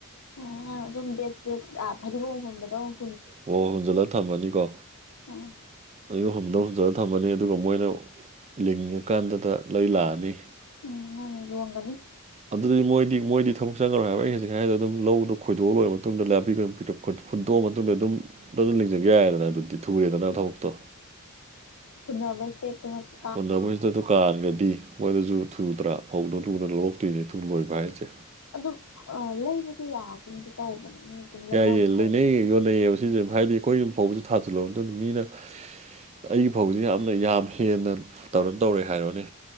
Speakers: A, on the left; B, on the right.
A: ꯑꯣ ꯑꯗꯨꯝ ꯕꯦꯠꯁ ꯕꯦꯠꯁ ꯐꯗꯤꯒꯣꯝꯒꯨꯝꯕꯗꯣ
B: ꯑꯣ ꯍꯨꯖꯤꯜꯂꯒ ꯊꯝꯃꯅꯤꯀꯣ
A: ꯑꯥ
B: ꯑꯌꯨꯛ ꯍꯨꯝꯗꯪ ꯍꯨꯝꯗꯅ ꯊꯝꯃꯅꯤ ꯑꯗꯨꯒ ꯃꯣꯏꯅ ꯂꯤꯡꯉꯀꯥꯟꯗꯨꯗ ꯂꯩ ꯂꯥꯛꯑꯅꯤ
A: ꯎꯝ ꯅꯪ ꯌꯣꯟꯒꯅꯤ
B: ꯑꯗꯨꯗꯤ ꯃꯣꯢꯗꯤ ꯃꯣꯢꯗꯤ ꯊꯕꯛ ꯆꯪꯉꯔꯣꯏ ꯍꯥꯏꯕ ꯑꯩ ꯍꯧꯖꯤꯛ ꯍꯥꯏꯔꯦ ꯑꯗꯨꯝ ꯂꯧꯗꯣ ꯈꯣꯏꯣꯛꯑ ꯂꯣꯏꯔ ꯃꯇꯨꯡꯗ ꯅꯥꯄꯤ ꯈꯣꯏꯣꯛ ꯍꯨꯟꯇꯣꯛꯑ ꯃꯇꯨꯡꯗ ꯑꯗꯨꯝ ꯐ ꯑꯗꯨꯝ ꯂꯤꯡꯖꯒꯦ ꯌꯥꯏꯗꯅ ꯑꯗꯨꯗꯤ ꯊꯨꯔꯦꯗꯅ ꯊꯕꯛꯇꯣ
A: ꯄꯨꯟꯅꯕꯩ ꯏꯁꯇꯦꯞ ꯇꯨꯃꯁꯨ
B: ꯍꯣꯟꯅꯕꯁꯤꯗꯗ ꯀꯥꯔꯒꯗꯤ ꯃꯣꯏꯗꯁꯨ ꯊꯨꯗ꯭ꯔꯥ ꯐꯧꯗꯨ ꯊꯨꯅ ꯂꯣꯛꯇꯣꯏꯅꯤ ꯊꯨꯅ ꯂꯣꯏꯕ ꯍꯥꯏꯁꯦ
A: ꯑꯗꯨꯝ ꯂꯩꯕꯁꯨ ꯌꯥꯒꯨꯝꯗꯤ ꯇꯧꯕꯅꯤ ꯃꯤ ꯑꯗꯨꯝ
B: ꯌꯥꯏꯌꯦ
A: ꯂꯩꯅꯒꯨꯝ
B: ꯂꯩꯅꯩꯌꯦ
A: ꯇꯧꯕ
B: ꯌꯣꯟꯅꯩꯑꯌꯦꯕ ꯁꯤꯁ ꯍꯥꯏꯕꯗꯤ ꯑꯩꯈꯣꯏ ꯑꯗꯨꯝ ꯐꯥꯎꯕꯁꯨ ꯊꯥꯖꯤꯜꯂ ꯑꯗꯨ ꯃꯤꯅ ꯑꯩꯒꯤ ꯐꯥꯎꯗꯤ ꯌꯥꯝꯅ ꯌꯥꯝ ꯍꯦꯟꯅ ꯇꯧꯔ ꯇꯧꯔꯦ ꯍꯥꯏꯔꯣꯅꯦ